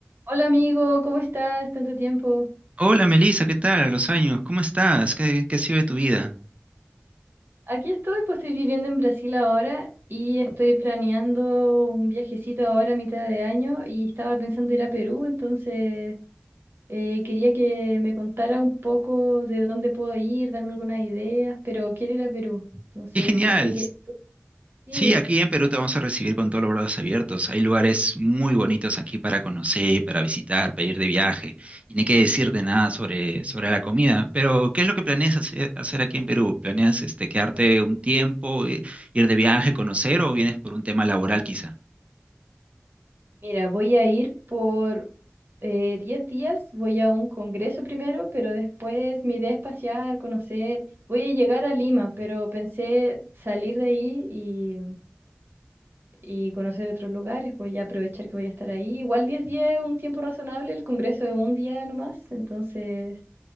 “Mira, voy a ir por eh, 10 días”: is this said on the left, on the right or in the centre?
Right